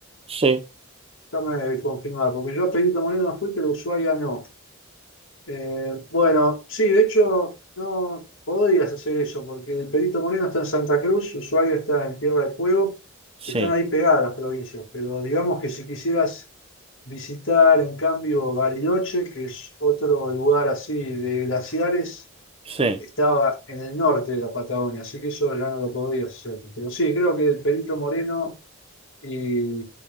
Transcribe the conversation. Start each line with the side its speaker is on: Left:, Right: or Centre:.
Right: sí,
Left: Déjame confirmar, porque yo a Perito Moreno no fui, pero a Ushuaia no. Eh, bueno, sí, de hecho, no podrías hacer eso, porque el Perito Moreno está en Santa Cruz, Ushuaia está en Tierra del Fuego,
Right: sí.
Left: están ahí pegadas las provincias, pero digamos que si quisieras visitar, en cambio, Bariloche, que es otro lugar así de glaciares,
Right: sí,
Left: estaba en el norte de la Patagonia, así que eso ya no lo podrías hacer. Pero sí, creo que el Perito Moreno y,